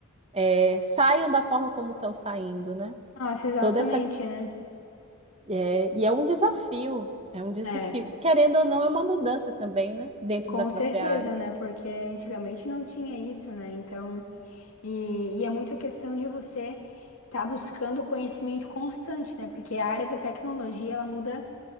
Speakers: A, on the right; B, on the left.
A: eh, saiam da forma como estão saindo, né?
B: Nossa, exatamente,
A: Toda essa
B: né?
A: é, e é um desafio, é um desafio.
B: É.
A: Querendo ou não, é uma mudança também, né? Dentro
B: Com
A: da própria
B: certeza,
A: área.
B: né? Porque antigamente não tinha isso, né? Então, e, e é muito a questão de você estar buscando conhecimento constante, né? Porque a área da tecnologia, ela muda,